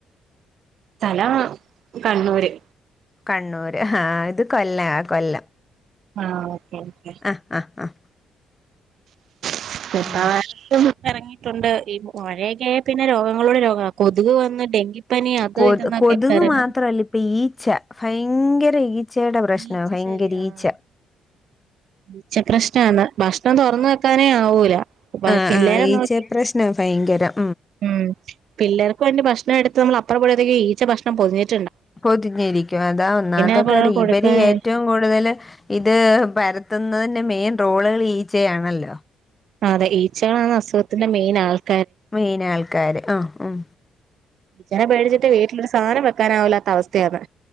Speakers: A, on the right; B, on the left.
A: സ്ഥലം കണ്ണൂര്.
B: കണ്ണൂര് ഹാ ഇത് കൊല്ലാ, കൊല്ലം.
A: ആഹ്. ഓക്കെ
B: ആഹ് ആഹ് ആഹ്
A: <unintelligible>
B: ഉം
A: എറങ്ങിയിട്ടുണ്ട് ഈ മഴയക്കായാ പിന്നെ രോഗങ്ങളോട് രോഗാ, കൊതുക് വന്ന് ഡെങ്കിപ്പനി അത്
B: കൊതു
A: ഇതെന്നൊക്കെ
B: കൊതുക്
A: ഇപ്പ ഇറങ്ങ
B: മാത്രല്ല ഇപ്പ ഈ ച്ച ഭയങ്കര ഈ ച്ചയുടെ പ്രശ്നാ
A: ഈച്ച
B: ഭയങ്കരീച്ച.
A: ശല്യം ആഹ് ഈച്ച പ്രശ്നാണ് ഭക്ഷണം തുറന്ന കനെ ആവൂല
B: ങാ
A: പിള്ളേരെ
B: ആഹ് ഈച്ചെയാ
A: നോക്കി
B: പ്രശ്നം ഭയങ്കരം
A: ഉം പിള്ളേർക്ക് വേണ്ടി ഭക്ഷണം എടുത്ത് നമ്മള അപ്പോഴത്തേക്ക് ഈച്ച ഭക്ഷണം പൊതിഞ്ഞിര്
B: പൊതിഞ്ഞിരിക്കും അതാ ഒന്നാമത്തെക്കാര്യം
A: ആ പിള്ളേർക്ക് കൊടുക്കാൻ
B: ഇവര് ഏറ്റവും കൂടുതൽ ഇത് പരത്തുന്നതി ൻറെ മെയിൻ റോളുകൾ ഈച്ചയാണല്ലോ
A: അതെ ഈച്ചകളാണ് അസുഖത്തിന്റെ മെയിൻ ആൾക്കാ
B: മെയിൻ ആൾക്ക കാര് ആ ഉം
A: ഈച്ചേന പേടിച്ചിട്ട് വീട്ടിലൊരു സാധനം വയ് ക്കാനാവില്ലാത്ത അവസ്ഥയാണ്